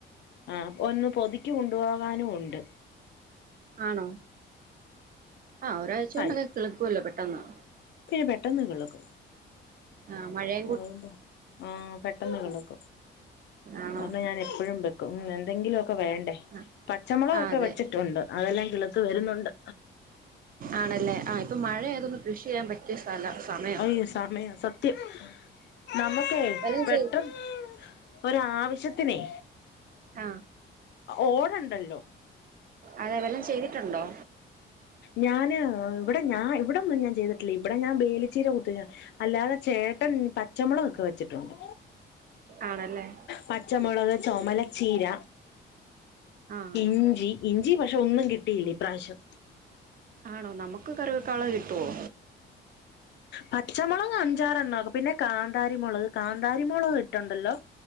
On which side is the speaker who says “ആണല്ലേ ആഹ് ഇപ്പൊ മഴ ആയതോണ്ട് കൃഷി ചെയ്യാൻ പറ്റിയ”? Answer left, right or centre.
Right